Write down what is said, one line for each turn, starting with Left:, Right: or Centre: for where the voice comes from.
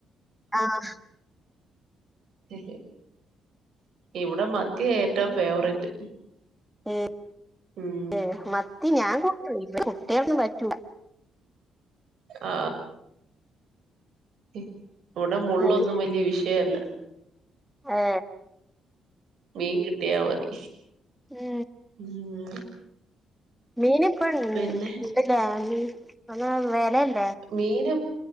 Centre: ആഹ്
Right: ഉ ഇവടെ മത്തിയ ഏറ്റവും ഫേവറേറ്റ്
Centre: ഏ
Right: ഉം
Centre: ഏ മത്തി ഞാൻ <unintelligible> കുട്ടിയൾക്ക് പറ്റൂല്ല.
Right: ആ ഇവടെ മുള്ളൊന്നും
Centre: അത്
Right: വലിയ വിഷയല്ല
Centre: ഏ
Right: മീൻ കിട്ടിയാ മതി.
Centre: ഏ
Right: ഉം
Centre: മീനിപ്പ
Right: പിന്നെ
Centre: ഇല്ല മീ <unintelligible>
Right: മീനും